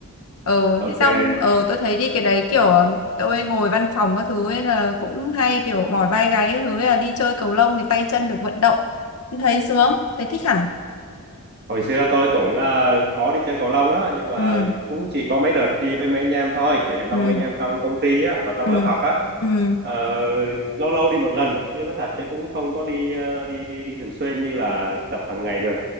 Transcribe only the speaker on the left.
ờ
thế xong ờ tôi thấy đi cái đấy kiểu ờ, tôi ngồi văn phòng các thứ ấy là cũng hay kiểu mỏi vai gáy các thứ ấy là đi chơi cầu lông thì tay chân được vận động thấy sướng thấy thích hẳn
ừ
ừ
ừ
ừ